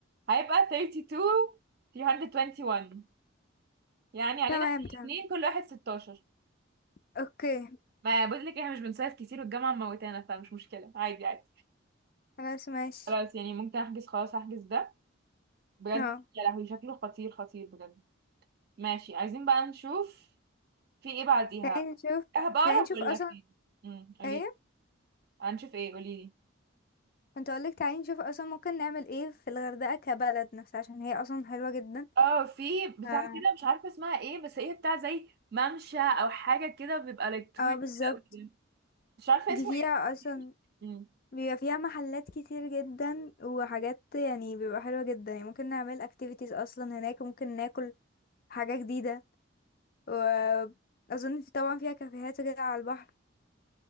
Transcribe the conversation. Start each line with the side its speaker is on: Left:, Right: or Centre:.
Right: هيبقى 32 يعني علينا
Left: تمام
Right: احنا الاثنين
Left: تمام
Right: كل واحد 16
Left: اوكي
Right: ما بقول لك احنا مش بنصيف كتير والجامعة موتانا فمش مشكلة عادي عادي
Left: خلاص ماشي
Right: خلاص يعني ممكن احجز خلاص هحجز ده بجد
Left: اه
Right: يا لهوي شكله خطير خطير بجد ماشي عايزين بقى نشوف في ايه بعديها
Left: تعالي نشوف
Right: اهبقرب
Left: تعالي نشوف
Right: ولا
Left: اصلا
Right: فين امم قولي
Left: ايه
Right: هنشوف ايه قولي
Left: كنت اقولك تعالي نشوف اصلا ممكن نعمل ايه في الغردقة كبلد نفسها عشان هي اصلا حلوة جدا
Right: اه في بتاع
Left: اه,
Right: كده مش عارفه اسمها ايه بس هي بتاع زي ممشى او حاجه كده بيبقى لك تور
Left: آه بالظبط
Right: أوي كده. مش عارفه
Left: دي
Right: اسمه
Left: فيها
Right: ايه
Left: اصلا
Right: مم.
Left: بيبقى فيها محلات كتير جدا وحاجات يعني بيبقى حلوة جدا يعني ممكن نعمل activities اصلا هناك ممكن ناكل حاجة جديدة واظن في طبعا فيها كافيهات وكده على البحر